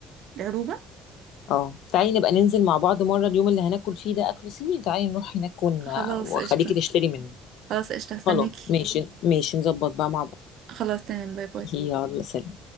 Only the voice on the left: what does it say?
اه تعالي نبقى ننزل مع بعض مرة اليوم اللي هناكل فيه ده أكل صيني تعالي نروح هناك ون...
وخليكي
تشتري منه
خلاص ماشي ماشي نظبط بقى مع بعض
<laughs> يلا سلام